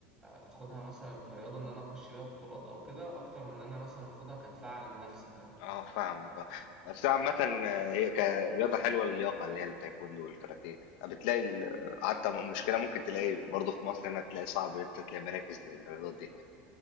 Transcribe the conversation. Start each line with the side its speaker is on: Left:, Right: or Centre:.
Right: آه، اخدها مثلا كرياضه ان انا اخش بيها بطولات او كده اكتر من ان انا مثلا اخدها كدفاع عن النفس فاهم
Left: اه فاهمك اه بس عامة آه، هي كرياضة حلوة اللياقة اللي هي التايكوندو والكاراتيه بتلاقي ال- حتى مشكلة ممكن تلاقي برضه في مصر هنا تلاقي صعب ان انت تلاقي مراكز للرياضات دي